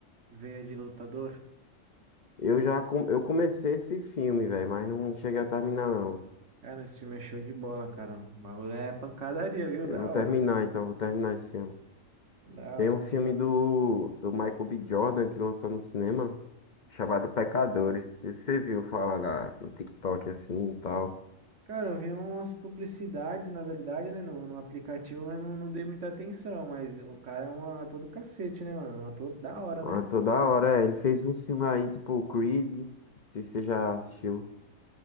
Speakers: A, on the right; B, on the left.
A: Veia de Lutador?
B: Eu já com- eu comecei esse filme, velho, mas não cheguei a terminar, não.
A: Cara, esse filme é show de bola, cara. O bagulho é pancadaria, viu?
B: Eu
A: Da
B: vou terminar,
A: hora.
B: então, vou terminar esse filme.
A: Da
B: Tem
A: hora.
B: um filme
A: Tipo assim.
B: do, do Michael B. Jordan que lançou no cinema, chamado Pecadores. Se você viu falar na- no TikTok assim e tal.
A: Cara, eu vi umas publicidades, na verdade, né, no, no aplicativo, mas não, não dei muita atenção. Mas o cara é um ator do cacete, né, mano? Um ator da hora,
B: Ah,
A: né?
B: toda hora, é, ele fez um filme aí, tipo Creed. Não sei se você já assistiu.